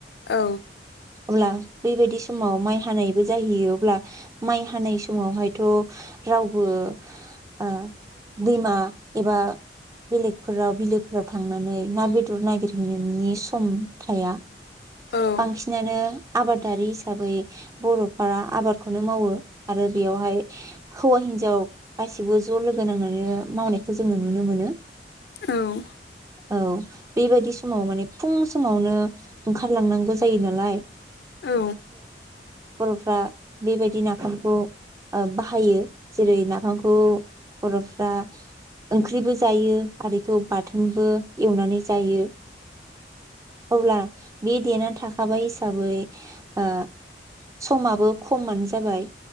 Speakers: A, on the left; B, on the right.
A: औ।
B: अब्ला बेबायदि समाव माइ हानायबो जाहैयो अब्ला माइ हानाय समावहायथ' रावबो ओ दैमा एबा बेलेगफोराव बिलोफोराव थांनानै ना बेदर नागिरहैनायनि सम थाया।
A: औ।
B: बांसिनानो आबादारि हिसाबै बर'फोरा आबादखौनो मावो आरो बेयावहाय हौवा हिन्जाव गासिबो ज' लोगो नांनानैनो मावनायखौ जोङो नुनो मोनो।
A: औ।
B: औ बेबादि समाव माने फुं समावनो ओंखारलांनांगौ जायोना। लाय
A: औ।
B: बर'फ्रा बेबायदि नाफामखौ बाहायो। जेरै नाफामखौ बर'फ्रा ओंख्रिबो जायो आरोखौ बाथोनबो एवनानै जायो। अब्ला बे देना थाखा बाय हिसाबै आ समाबो खमानो जाबाय।